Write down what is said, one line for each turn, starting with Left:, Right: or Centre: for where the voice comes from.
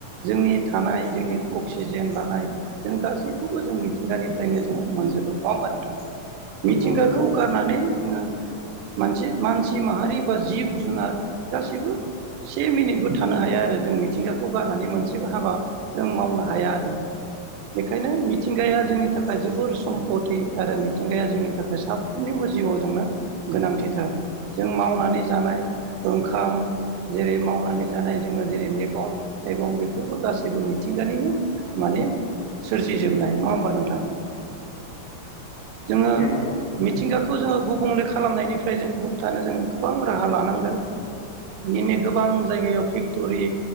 Right: जोंनि थानाय जोंनि अक्सिजेन लानाय जों गासैखौबो जों मिथिंगानिफ्रायनो जोङो मोनो। जोबोद नंड़ा होनबा नोथां
Left: नंगौ
Right: मिथिंगाखौ
Left: नंगौ
Right: गारनानै जोङो मोनसे मानसि माहारि बा जिब जुनार गासैबो से मिनिटबो थानो हाया आरो जों मिथिंगाखौ गारनानै मोनसेबो हाबा जों मावनो हाया आरो बेखायनो मिथिंगाया जोंनि थाखाय जोबोर सम्पति आरो मिथिंगाया जोंनि थाखाय साफ्रोमनिबो जिउआव जोंनो गोनांथिथार जों मावनानै जानाय ओंखाम जेरै मावनानै जानाय जोङो जेरै मैगं थाइगं बेफोरखौ गासैबो मिथिंगानिनो माने सोरजि जोबनाय नङा होमबा नोंथां जोङो
Left: नोंथां
Right: मिथिंगाखौ जोङो गुबुंले खा खालामनायनिफ्राय जों होबथानो जों गोबां राहा लानांगोन दिनै गोबां जायगायाव फेक्टरि